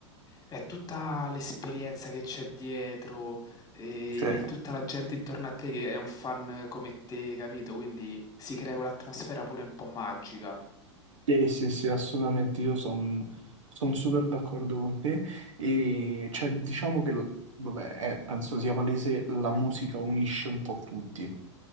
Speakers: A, on the left; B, on the right.
A: è tutta l'esperienza che c'è dietro, e
B: sì,
A: il- tutta la gente intorno a te che è un fan come te, capito? Quindi si crea quell'atmosfera pure un po' magica.
B: sì, sì, sì, assolutamente, io sono super d'accordo con te. E cioè, diciamo che, l- vabbè, eh, penso sia palese, la musica unisce un po' tutti.